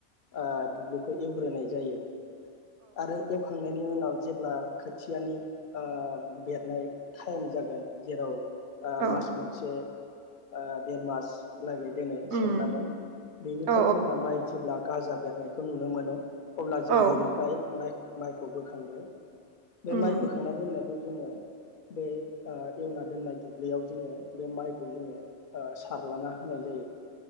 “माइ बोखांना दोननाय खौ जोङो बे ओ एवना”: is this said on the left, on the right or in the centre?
Left